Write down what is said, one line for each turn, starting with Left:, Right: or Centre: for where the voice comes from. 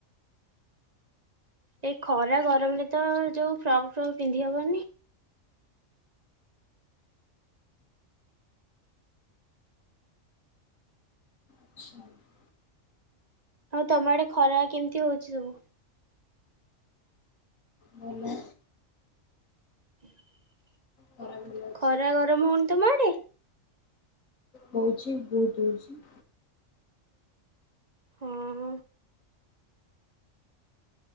Right: ଏଇ ଖରା ଗରମରେ ତ ଯୋଉ ଫ୍ରକ୍ ଫ୍ରକ୍ ପିନ୍ଧି ହବନି।
Left: ଆା <inaudible>
Right: ଆଉ ତମ ଆଡେ ଖରା କେମିତି ହଉ‌ଛି ସବୁ।
Left: ଭଲ।
Right: <inaudible>
Left: ଖରା ଭଲ ଅଛି।
Right: ଖରା ଗରମ ହଉନି ତମ ଆଡେ?
Left: ହଉଚି ବହୁତ ହଉଚି।
Right: ହଁ